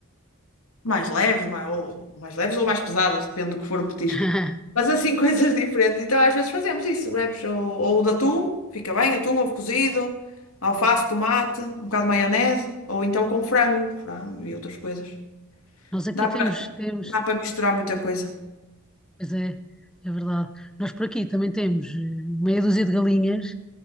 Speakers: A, on the left (about 75°); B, in the centre.
A: mais leves, mais, ou mais leves ou mais pesadas, depende do que for o petisco.
B: <laughs>
A: Mas assim <laughs> coisas diferentes. Então às vezes fazemos isso, wraps ou, ou de atum, fica bem, atum, ovo cozido, alface, tomate, um bocado de maionese, ou então com frango, frango e outras coisas.
B: Nós aqui
A: Dá para
B: temos, temos,
A: dá para misturar muita coisa.
B: pois é, é verdade. Nós por aqui também temos eh, meia dúzia de galinhas